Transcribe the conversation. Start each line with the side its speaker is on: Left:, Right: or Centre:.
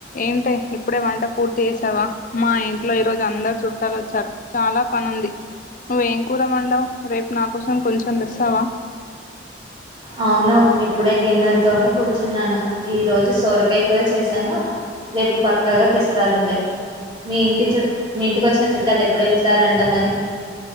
Left: ఏంటే ఇప్పుడే వంట పూర్తి చేసావా మా ఇంట్లో ఈరోజు అందరు చుట్టాలు వచ్చారు చాలా పని ఉంది నువ్ ఏంకూర వండావు రేపు నా కోసం కొంచెం తెస్తావా
Right: అవును ఇప్పుడే గిన్నెలతోమి కూర్చున్నాను ఈ రోజు సోరకాయ కూర చేశాను రేపు పక్కాగా తెస్తానులే మీ ఇంటి చు మీ ఇంటికి వచ్చిన చుట్టాలు ఎప్పుడు వెళ్తారంట మరి